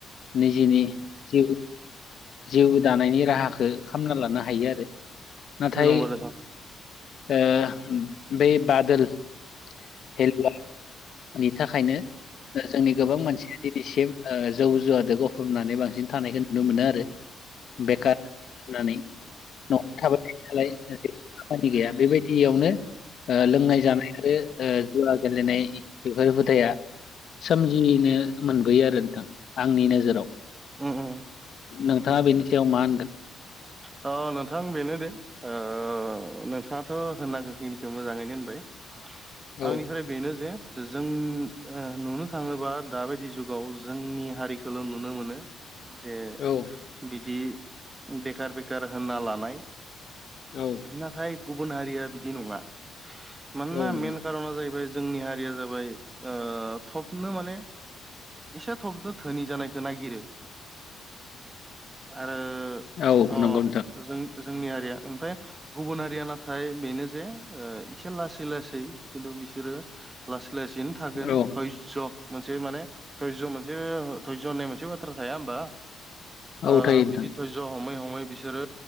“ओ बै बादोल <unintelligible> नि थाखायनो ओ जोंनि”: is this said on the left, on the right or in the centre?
Left